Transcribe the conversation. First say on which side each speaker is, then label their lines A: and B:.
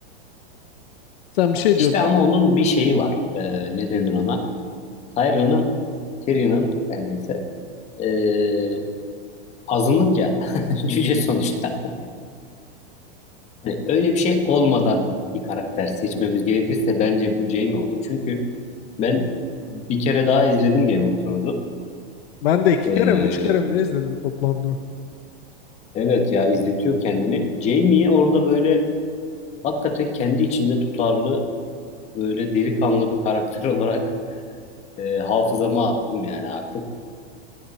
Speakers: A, on the left (about 65°); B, on the left (about 20°).
A: Sen bir şey
B: İşte
A: diyordun.
B: ama onun bir şeyi var. Eee ne denir ona? Tyrion'un Tyrion'un her neyse eee, azınlık ya. <laughs> Cüce sonuçta. Hani öyle bir şey olmadan bir karakter seçmemiz gerekirse bence bu Jaime olur. Çünkü ben bir kere daha izledim Game of Thrones'u.
A: Ben de iki
B: Ee,
A: kere mi üç kere mi ne izledim toplamda?
B: Evet ya izletiyor kendini. Jamie'yi orada böyle hakikaten kendi içinde tutarlı böyle delikanlı bir karakter <laughs> olarak e, hafızama attım yani artık.